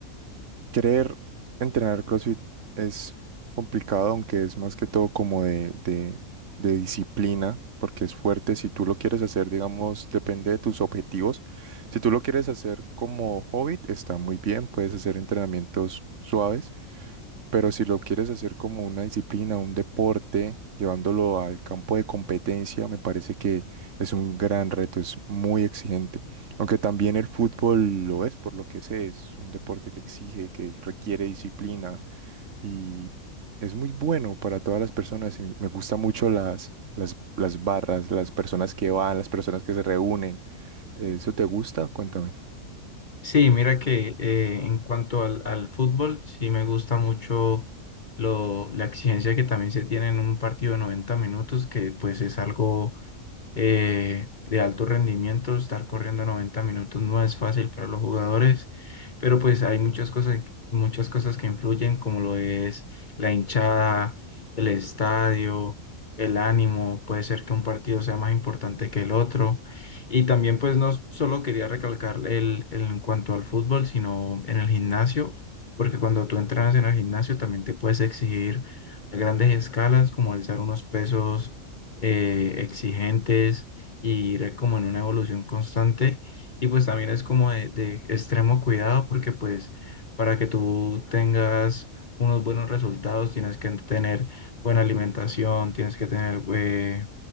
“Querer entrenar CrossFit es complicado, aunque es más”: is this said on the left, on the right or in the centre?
Right